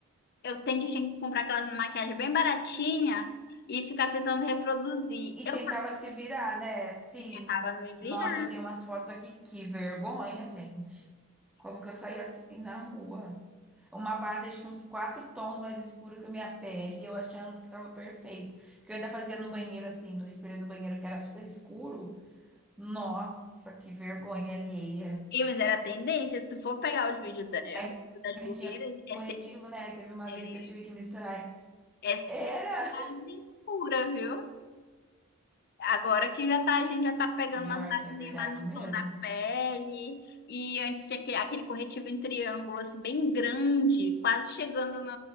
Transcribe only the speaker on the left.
eu tento tinha que comprar aquelas maquiagens bem baratinha e ficar tentando reproduzir.
Eu
fazia
e tentava me virar.
E, mas era tendência, se tu for pegar os vídeos dela,
das blogueiras,
é
sempre,
é
é sempre
quase escura, viu? Agora que já tá, a gente já tá
pegando
umas basezinhas
mais no
tom da pele. E antes tinha aquele, aquele corretivo em triângulo, assim, bem grande, quase chegando no,